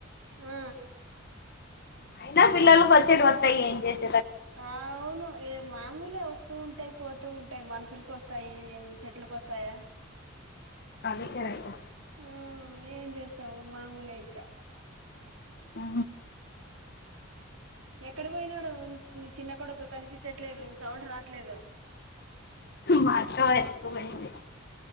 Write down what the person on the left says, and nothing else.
అయినా పిల్లలలకు వచ్చేటివి వత్తాయి ఏం చేస్
అది కరెక్ట్
ఆ
మా అక్క ఎత్తుకుపోయింది